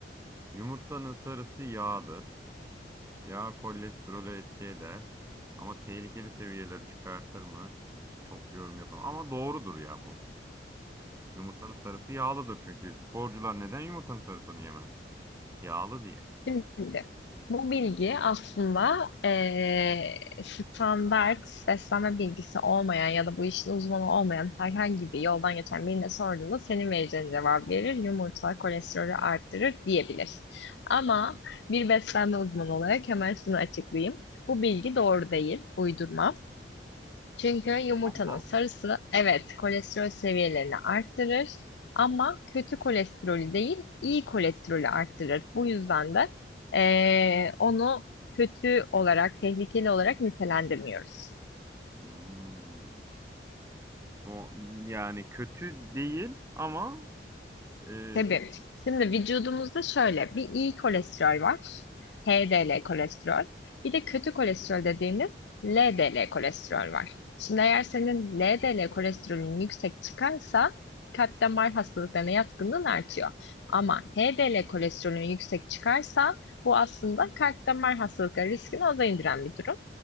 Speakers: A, on the right (about 15°); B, on the left (about 85°).
A: Yumurtanın sarısı yağdır. Yağ kolesterolü etki eder. Ama tehlikeli seviyeleri çıkartır mı? Çok bir yorum yapamam. Ama doğrudur ya bu. Yumurtanın sarısı yağlıdır çünkü. Sporcular neden yumurtanın sarısını yemez? Yağlı diye.
B: Şimdi bu bilgi aslında eee, standart beslenme bilgisi olmayan ya da bu işin uzmanı olmayan herhangi bir yoldan geçen birine sorduğunda senin vereceğin cevap verir. Yumurta kolesterolü arttırır diyebilir. Ama bir beslenme uzmanı olarak hemen şunu açıklayayım. Bu bilgi doğru değil, uydurma. Çünkü yumurtanın
A: Allah Allah.
B: sarısı evet kolesterol seviyelerini arttırır ama kötü kolesterolü değil iyi kolesterolü arttırır. Bu yüzden de eee, onu kötü olarak, tehlikeli olarak nitelendirmiyoruz.
A: Hmm. O yani kötü değil ama e,
B: Tabii.
A: pek
B: Şimdi vücudumuzda şöyle bir iyi kolesterol var. HDL kolesterol. Bir de kötü kolesterol dediğimiz LDL kolesterol var. Şimdi eğer senin LDL kolesterolün yüksek çıkarsa kalp damar hastalıklarına yatkınlığın artıyor. Ama HDL kolesterolün yüksek çıkarsa bu aslında kalp damar hastalıkları riskini aza indiren bir durum.